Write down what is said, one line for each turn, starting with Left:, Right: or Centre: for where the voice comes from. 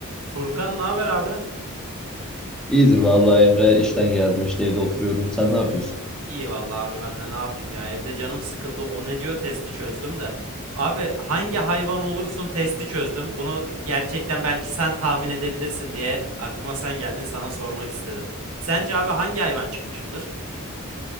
Right: Furkan ne haber abi?
Centre: İyidir vallahi Emre. işten geldim işte evde oturuyorum. Sen ne yapıyorsun?
Right: İyi vallahi abi ben de ne yapayım ya evde canım sıkıldı o ne diyor testi çözdüm de. Abi hangi hayvan olursun testi çözdüm. Bunu gerçekten belki sen tahmin edebilirsin diye aklıma sen geldin sana sormak istedim. Sence abi hangi hayvan çıkmışımdır?